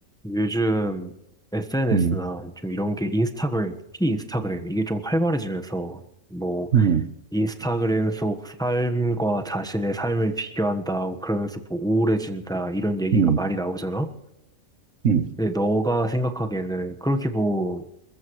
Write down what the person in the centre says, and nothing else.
요즘 SNS나
좀 이런 게 인스타그램, 특히 인스타그램, 이게 좀 활발해지면서 뭐
인스타그램 속 삶과 자신의 삶을 비교한다, 뭐 그러면서 뭐 우울해진다, 이런 얘기가
많이 나오잖아?
근데 너가 생각하기에는 그렇게 뭐